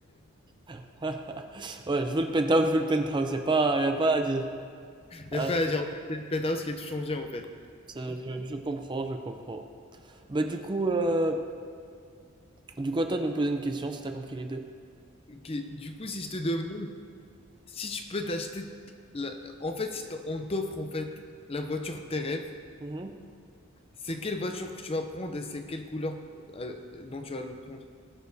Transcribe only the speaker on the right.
<laughs> Ouais, je veux le penthouse, je veux le penthouse, y a pas, y a pas à dire. Ah,
je, je- je comprends, je comprends. Bah, du coup, euh, Du coup, à toi de me poser une question si t'as compris l'idée.
Mhm.